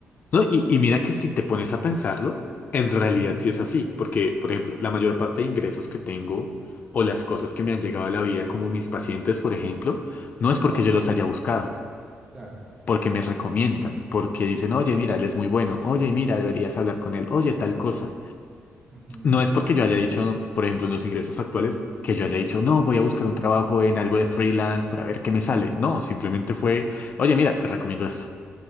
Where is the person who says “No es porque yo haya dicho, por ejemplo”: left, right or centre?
Left